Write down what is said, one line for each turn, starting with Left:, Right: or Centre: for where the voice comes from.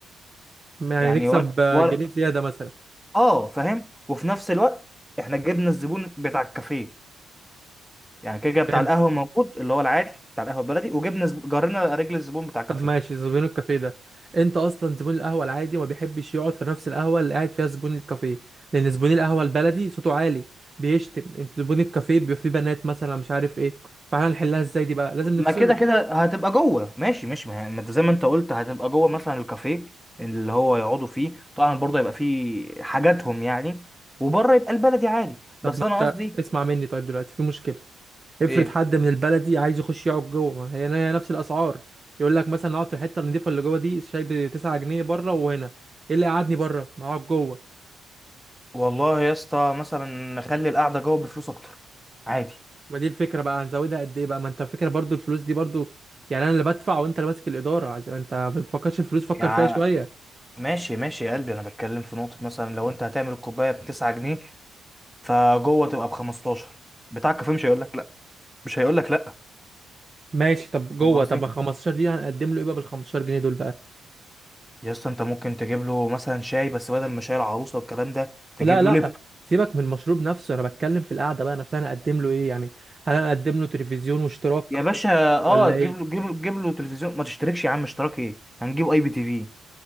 Right: يعني
Centre: يعني
Right: نكسب
Centre: ولا
Right: آه،
Centre: ولا
Right: جنيه زياده مثلا
Centre: اه فاهم وفي نفس الوقت احنا جبنا الزبون بتاع الكافيه يعني كده كده بتاع
Right: فهمت؟
Centre: القهوه موجود اللي هو العادي بتاع القهوه البلدي وجبنا زب... جرينا رجل الزبون بتاع الكافيه
Right: طب ماشي زبون الكافيه ده انت اصلا زبون القهوه العادي ما بيحبش يقعد في نفس القهوه اللي قاعد فيها زبون الكافيه لان زبون القهوه البلدي صوته عالي بيشتم انت زبون الكافيه بيبقى فيه بنات مثلا مش عارف ايه فاحنا نحلها ازاي دي بقى لازم نفصله
Centre: ما كده كده هتبقى جوه ماشي ماشي ما هي- ما انت زي ما انت قلت هتبقى جوه مثلا الكافيه اللي هو يقعدوا فيه طبعا برضه هيبقى فيه حاجاتهم يعني وبره يبقى البلدي عادي
Right: طب
Centre: بس
Right: ما
Centre: انا
Right: انت
Centre: قصدي
Right: اسمع مني طيب دلوقتي في مشكله افرض
Centre: ايه
Right: حد من البلدي عايز يخش يقعد جوه ما هي هي نفس الاسعار يقول لك مثلا اقعد في الحته النضيفه اللي جوه دي شاي ب 9 جنيه بره وهنا ايه اللي قعدني بره ما اقعد جوه
Centre: والله يا اسطى مثلا نخلي القعده جوه بفلوس اكتر عادي
Right: ما دي الفكره بقى هنزودها قد ايه بقى ما انت فكره برضو الفلوس دي برضو يعني انا اللي بدفع وانت اللي ماسك الاداره عايز- انت ما بتفكرش الفلوس فكر
Centre: يعني
Right: فيها شويه
Centre: ماشي ماشي يا قلبي انا بتكلم في نقطه مثلا لو انت هتعمل الكوبايه ب 9 جنيه فجوه تبقى ب 15 بتاع الكافيه مش هيقول لك لا مش هيقول لك لا
Right: ماشي طب جوه
Centre: فاهم قصدي
Right: طب ما 15 دي هنقدم له ايه بقى بال 15 جنيه دول بقى
Centre: يا اسطى انت ممكن تجيب له مثلا شاي بس بدل ما شاي العروسه والكلام ده تجيب
Right: لا لا
Centre: له لابتوب
Right: سيبك من المشروب نفسه انا بتكلم في القعده بقى نفسها هنقدم له ايه يعني هل هنقدم له تلفزيون واشتراك
Centre: يا باشا اه
Right: ولا
Centre: تجيب
Right: ايه
Centre: له تجيب له تجيب له تلفزيون ما تشتركش يا عم اشتراك ايه هنجيب اي بي تي في